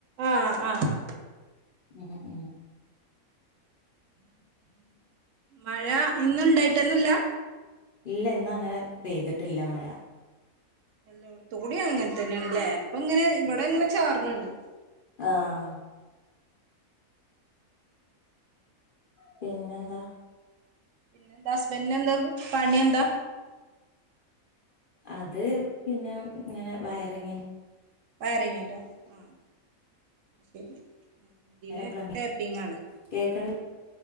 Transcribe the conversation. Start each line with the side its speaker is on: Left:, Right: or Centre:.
Right: ആഹ് ആഹ്
Left: ഉം ഉം
Right: മഴ ഇന്നുണ്ടായിട്ടന്നല്ല
Left: ഇല്ല ഇന്ന് അങ്ങനെ പെയ്തിട്ടില്ല മഴ
Right: എല്ലോട്ത്തു കൂടി അങ്ങനെ തന്നെയാണ് ഇപ്പങ്ങനെ ഇവിടെ ഇങ്ങനെ ചാർന്നുണ്ട് <unintelligible>
Left: ആഹ പിന്നെ അ
Right: പിന്നെ എന്താസ്ബൻെ എന്താ പണി എന്താ
Left: അത് പിന്നെ ഇങ്ങനെ വയറിങ്ങി
Right: വയറ ങ്ങണ്ടോ ആ ശരി എന്തിന്
Left: പ്ലംബിങ്
Right: ടേപ്പിങ്ണ്
Left: കേക്കണ്